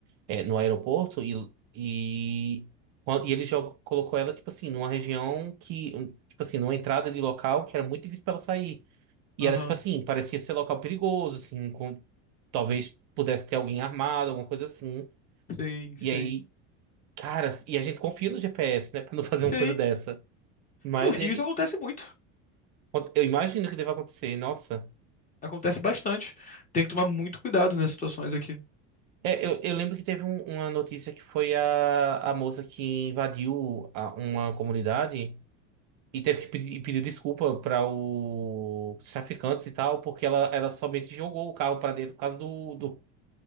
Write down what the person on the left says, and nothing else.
Aham.
Sim, sim.
Sim.
No Rio
isso acontece muito.
Acontece bastante. Tem que tomar muito cuidado nessas situações aqui.